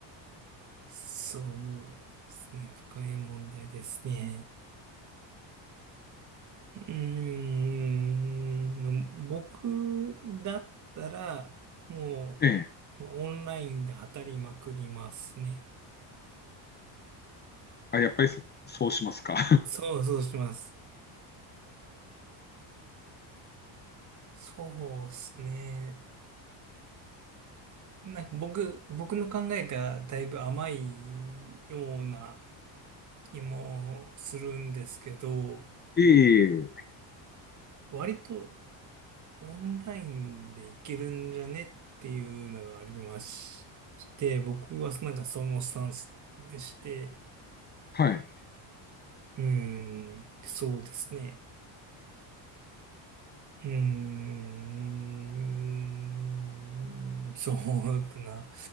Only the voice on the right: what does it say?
そうですね。深い問題ですね。うーん。僕だったら、も
う、オンラインで当たりまくりますね。
そうそうします。そうですね。なんか僕、僕の考えがだいぶ甘いような気もするんですけど、
割とオンラインでいけるんじゃねっていうのがありまして、僕はなんかそのスタンスでして、
うーん、そうですね。うーん、そうだな。